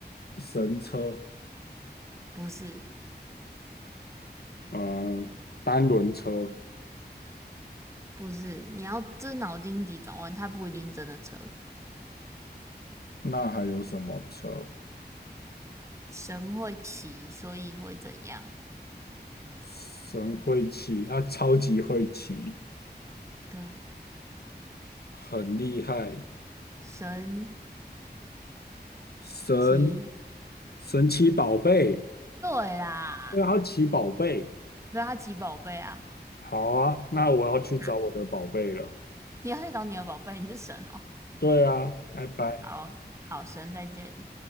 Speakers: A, on the left; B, on the right.
A: 神车。
B: 不是，
A: 呃，单轮车。
B: 不是。你要这是脑筋急转弯，它不一定是真的车。
A: 那还有什么车？
B: 神会骑，所以会怎样？
A: 神会骑，他超级会骑。
B: 对，
A: 很厉害，
B: 神
A: 神
B: 骑，
A: 神奇宝贝，
B: 对啦，
A: 对啊，奇宝贝，
B: 对啊，他骑宝贝啊。
A: 好啊，那我要去找我的宝贝了。
B: 啊，你要去找你的宝贝，你是神哦。
A: 对啊，拜拜。
B: 好好神，再见。